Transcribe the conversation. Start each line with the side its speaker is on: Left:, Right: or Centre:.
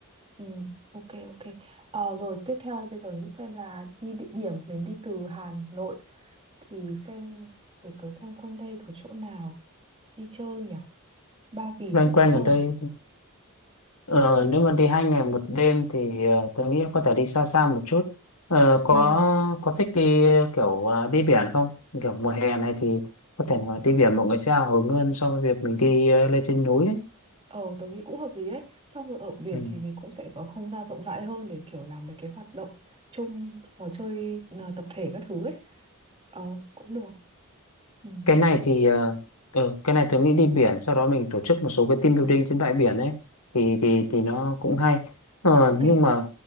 Right: Ừ, ok ok. Ờ, rồi tiếp theo là bây giờ nghĩ xem là đi địa điểm mình đi từ Hà Nội thì xem để tớ xem quanh đây có chỗ nào đi chơi nhỉ? Ba Vì,
Left: Loanh
Right: Sóc
Left: quanh
Right: Sơn
Left: ở đây
Right: à?
Left: Ờ, nếu mà đi hai ngày một đêm thì ờ, tôi nghĩ có thể đi xa xa một chút. Ờ,
Right: Ừ,
Left: có có thích đi kiểu ờ, đi biển không? Kiểu mùa hè này thì có thể là đi biển mọi người sẽ hào hứng hơn so với việc mình đi ờ, lên trên núi đấy.
Right: ờ tớ nghĩ cũng hợp lý ấy. Xong rồi ở biển
Left: Ừ.
Right: thì mình cũng sẽ có không gian rộng rãi hơn để kiểu làm mấy cái hoạt động chung trò chơi ờ, tập thể các thứ ấy. Ờ cũng được. Ừ.
Left: Cái này thì ờ, ờ, cái này tôi nghĩ đi biển sau đó mình tổ chức một số cái team building trên bãi biển ấy thì thì thì nó cũng hay. Ờ,
Right: Ok,
Left: nhưng mà